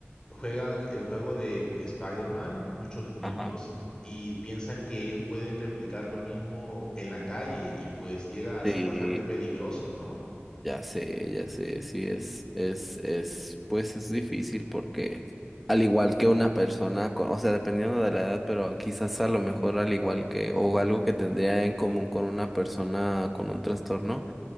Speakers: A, on the left; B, in the centre.
A: juegan el juego de Spider-Man, muchos niños,
B: Ajá,
A: y piensan que ellos pueden replicar lo mismo en la calle y pues llega a
B: sí,
A: ser bastante peligroso, ¿no?
B: ya sé, ya sé, sí es, es, es, pues es difícil porque al igual que una persona, co- o sea, dependiendo de la edad, pero quizás a lo mejor al igual que, o algo que tendría en común con una persona con un trastorno.